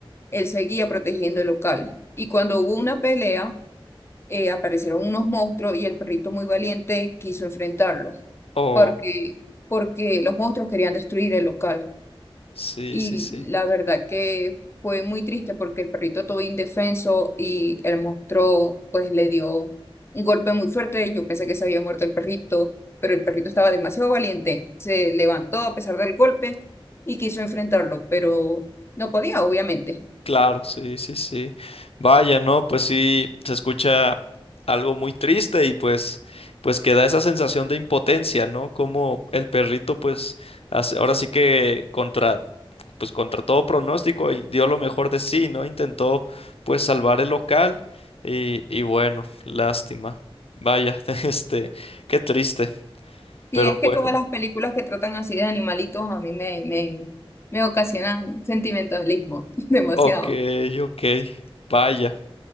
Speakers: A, on the left (about 25°); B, on the left (about 80°).
A: él seguía protegiendo el local. Y cuando hubo una pelea, eh, aparecieron unos monstruos y el perrito muy valiente quiso enfrentarlo
B: Oh,
A: porque, porque los monstruos querían destruir el local.
B: sí,
A: Y
B: sí, sí.
A: la verdad que fue muy triste porque el perrito todo indefenso y el monstruo pues le dio un golpe muy fuerte. Yo pensé que se había muerto el perrito, pero el perrito estaba demasiado valiente. Se levantó a pesar del golpe y quiso enfrentarlo, pero no podía, obviamente.
B: Claro, sí, sí, sí. Vaya, no, pues sí, se escucha algo muy triste y pues, pues que da esa sensación de impotencia, ¿no? Como el perrito, pues, hace- ahora sí que contra, pues contra todo pronóstico y dio lo mejor de sí, ¿no? Intentó, pues, salvar el local y, y bueno, lástima. Vaya, <laughs> este, qué triste,
A: Y
B: pero
A: es que
B: bueno.
A: todas las películas que tratan así de animalitos a mí me, me, me ocasionan sentimentalismo <laughs> demasiado.
B: Ok, ok, vaya.